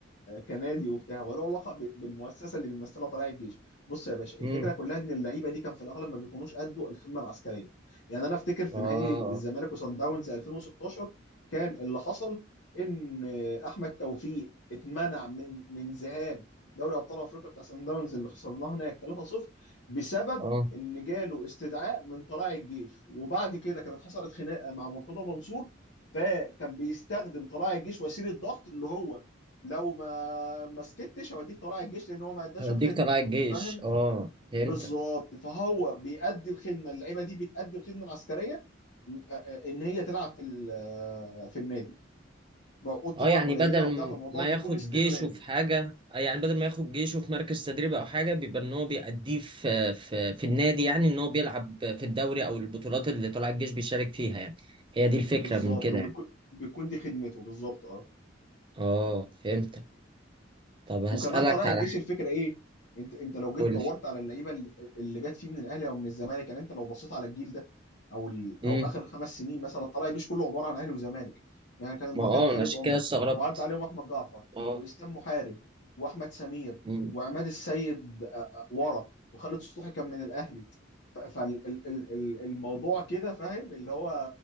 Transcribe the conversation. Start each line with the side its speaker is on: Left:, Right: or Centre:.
Left: كنادي وبتاع وله علاقه ب... بالمؤسسه اللي بيمثلها طلائع الجيش بص يا باشا الفكره
Right: امم
Left: كلها ان اللعيبه دي كان في الاغلب ما بيكونوش قدوا الخدمه العسكريه يعني انا افتكر في
Right: اه
Left: نهائي الزمالك وصن داونز 2016 كان اللي حصل ان آه، احمد توفيق اتمنع من من ذهاب دوري ابطال افريقيا بتاع سان داونز اللي خسرناه هناك 3-0 بسبب
Right: اه
Left: ان جاله استدعاء من طلائع الجيش وبعد كده كانت حصلت خناقه مع مرتضى منصور فكان بيستخدم طلائع الجيش وسيله ضغط اللي هو لو ما ما سكتش هوديك طلائع الجيش لان هو ما اداش
Right: هديك
Left: الخدمه
Right: طلائع الجيش
Left: فاهم
Right: اه فهمتك
Left: بالظبط فهو بيأدي الخدمه اللعيبه دي بتأدي الخدمه العسكريه م- آ- آ- ان هي تلعب في ال- في النادي بقول طبعا
Right: اه يعني
Left: قليله
Right: بدل
Left: وبتاع فالموضوع
Right: ما
Left: بيكون
Right: ياخد
Left: استغلال
Right: جيشه في حاجة آه، يعني بدل ما ياخد جيشه في مركز تدريب او حاجة بيبقى ان هو بيأديه في في في النادي يعني ان هو بيلعب في الدوري او البطولات اللي طلع الجيش بيشارك فيها يعني هي دي
Left: بالظبط
Right: الفكرة من كده
Left: وبيكون
Right: يعني
Left: بيكون دي خدمته بالظبط اه
Right: اه فهمتك طب هسألك
Left: وكمان طلائع
Right: على
Left: الجيش الفكره ايه انت انت لو جيت
Right: كل
Left: دورت على اللعيبه اللي اللي جت فيه من الاهلي او من الزمالك يعني انت لو بصيت على الجيل ده او ال...
Right: امم
Left: او اخر خمس سنين مثلا طلائع الجيش كله عباره عن اهلي وزمالك يعني كان المهاجم
Right: ما اه
Left: خالد
Right: انا عشان
Left: عمر
Right: كده استغربت
Left: وعدى عليهم احمد جعفر
Right: اه
Left: واسلام محارب واحمد سمير
Right: مم.
Left: وعماد السيد آه، آه، ورا وخالد سطوحي كان من الاهلي فالموضوع كده فاهم اللي هو